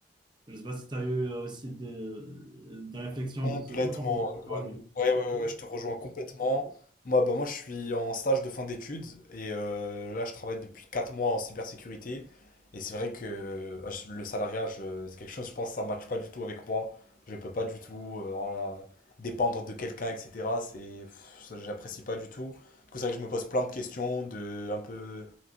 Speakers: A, on the right; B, on the left.
A: Je ne sais pas si tu as eu euh, aussi des, des réflexions
B: Complètement,
A: de ce genre ou
B: Redouane.
A: pas du tout.
B: Ouais, ouais, ouais, ouais, je te rejoins complètement. Moi, bah, moi, je suis en stage de fin d'études et euh, là, je travaille depuis 4 mois en cybersécurité. Et c'est vrai que euh, je- le salariat, je- c'est quelque chose, je pense, ça ne matche pas du tout avec moi. Je peux pas du tout euh, en la- dépendre de quelqu'un, etc. C'est, pff, ça, j'apprécie pas du tout. Du coup, c'est vrai que je me pose plein de questions, de un peu